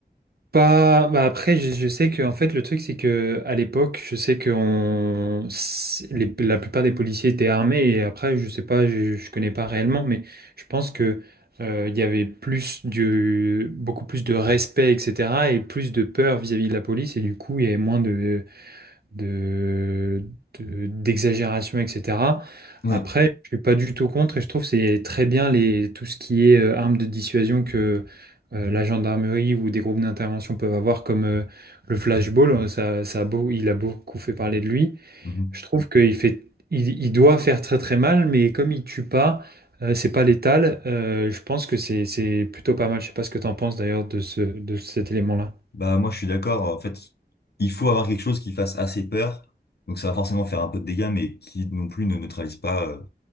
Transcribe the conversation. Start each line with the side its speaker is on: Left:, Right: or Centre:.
Right: Pas... Bah après, je, je sais que en fait, le truc, c'est que à l'époque, je sais que on... c'est- les- la plupart des policiers étaient armés. Et après, je sais pas, je, je connais pas réellement, mais je pense que euh, il y avait plus de... beaucoup plus de respect, etc. Et plus de peur vis-à-vis de la police. Et du coup, il y avait moins de, de, de- d'exagération, etc.
Left: Ouais.
Right: Après, je suis pas du tout contre et je trouve que c'est très bien les, tout ce qui est euh, armes de dissuasion que euh, la gendarmerie ou des groupes d'intervention peuvent avoir, comme euh, le flashball. euh, Ça, ça a beau, il a beaucoup fait parler de lui.
Left: Mhm.
Right: Je trouve qu'il fait, il, il doit faire très très mal, mais comme il tue pas, euh, c'est pas létal. euh, je pense que c'est, c'est plutôt pas mal. Je sais pas ce que tu en penses d'ailleurs de ce, de cet élément-là.
Left: Bah moi je suis d'accord. En fait, il faut avoir quelque chose qui fasse assez peur. Donc ça va forcément faire un peu de dégâts, mais qui non plus ne neutralise pas euh,